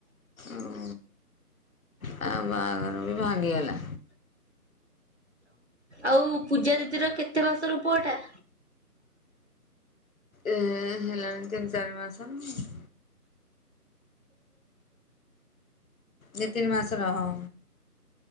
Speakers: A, on the left; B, on the right.
A: ଆଉ। ଆ ବାହାଘର ବି ଭାଙ୍ଗିଗଲା।
B: ଆଉ ପୂଜା ଦିଦିର କେତେ ମାସ ର ପୁଅ ଟା?
A: ଏ ହେଲାଣି ତିନି ଚାରି ମାସ। ହମ୍। ଦି ତିନି ମାସ ର ହଁ।